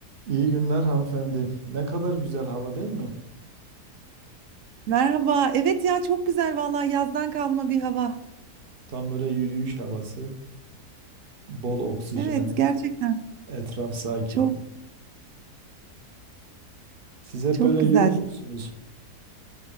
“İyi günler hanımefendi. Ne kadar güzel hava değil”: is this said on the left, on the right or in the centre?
Right